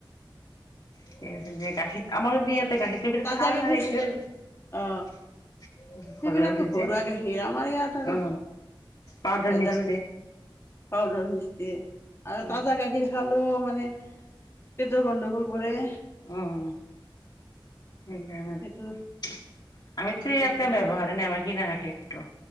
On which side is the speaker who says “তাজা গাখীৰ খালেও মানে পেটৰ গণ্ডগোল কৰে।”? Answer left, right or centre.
Left